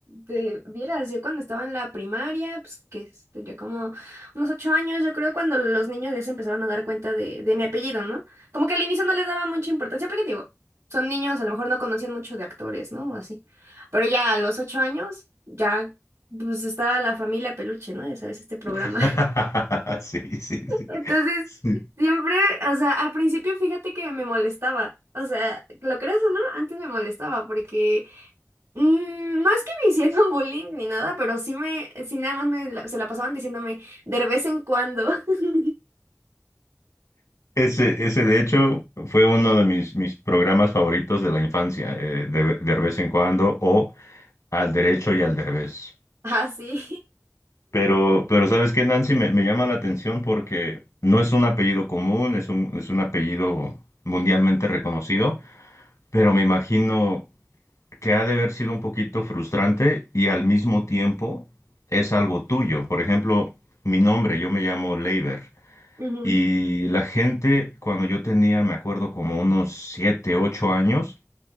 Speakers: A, on the right; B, on the left.
A: te vieras, yo cuando estaba en la primaria, pues que es- tendría como unos ocho años, yo creo cuando los niños ya se empezaban a dar cuenta de, de mi apellido, ¿no? Como que al inicio no les daban mucha importancia, porque digo, son niños, a lo mejor no conocían mucho de actores, ¿no? O así. Pero ya a los ocho años, ya, pues estaba la familia Peluche, ¿no? Ya sabes, este programa.
B: <laughs> Sí, sí, sí.
A: Entonces,
B: Sí.
A: siempre, o sea, al principio fíjate que me molestaba. O sea, lo creas o no, antes me molestaba porque mm, no es que me <laughs> hicieran bullying ni nada, pero sí me, sí nada más me, la- se la pasaban diciéndome de vez en cuando. <laughs>
B: Ese, ese de hecho fue uno
A: Oye,
B: de mis, mis programas favoritos de la infancia, eh, de, de vez en cuando, o al derecho y al derbez.
A: ah, sí.
B: Pero, pero ¿sabes qué, Nancy? Me, me llama la atención porque no es un apellido común, es un, es un apellido mundialmente reconocido, pero me imagino que ha de haber sido un poquito frustrante y al mismo tiempo es algo tuyo. Por ejemplo, mi nombre, yo me llamo Leiber.
A: <laughs> Ujú.
B: Y la gente, cuando yo tenía, me acuerdo, como unos 7 8 años,